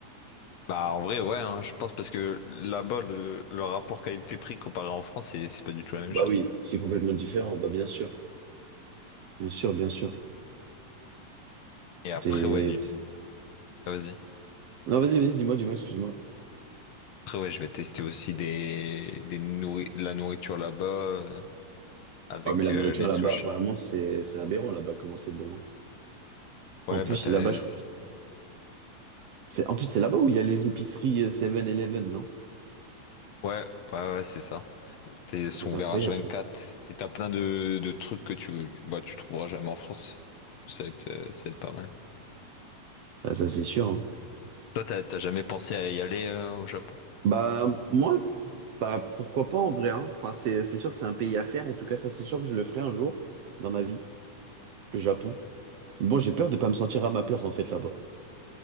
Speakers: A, on the left; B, on the right.
A: Bah, en vrai, ouais, hein, je pense parce que là-bas, le, le rapport qualité-prix comparé en France, c'est c'est pas du tout la même
B: Bah
A: chose.
B: oui, c'est complètement différent, bah bien sûr. Bien sûr, bien sûr.
A: Et après,
B: C'est...
A: ouais, du-
B: c'est-
A: ah, vas-y.
B: Non, vas-y, vas-y, dis-moi, dis-moi, excuse-moi.
A: Après, ouais, je vais tester aussi des, des nourri- de la nourriture là-bas euh, avec
B: Ah mais la
A: euh,
B: nourriture
A: les sushis.
B: là-bas, apparemment, c'est c'est aberrant là-bas, comment c'est bon. hein.
A: Ouais,
B: En plus,
A: bah,
B: c'est
A: t'as
B: là-bas,
A: les...
B: je- c'est en plus, c'est là-bas où il y a les épiceries euh, 7-Eleven, non?
A: Ouais, ouais, ouais, c'est ça. T'es son
B: Ça, c'est
A: ouvert
B: incroyable,
A: H24
B: ça.
A: et t'as plein de, de trucs que tu, tu- bah, tu trouveras jamais en France. Ça va être, euh, ça va être pas mal.
B: Ah, ça, c'est sûr. hein.
A: Toi, t'as t'as jamais pensé à y aller euh, au Japon?
B: Bah, moi, bah, pourquoi pas en vrai, hein. Enfin, c'est c'est sûr que c'est un pays à faire. En tout cas, ça, c'est sûr que je le ferai un jour dans ma vie, le Japon. Bon, j'ai peur de pas me sentir à ma place en fait là-bas.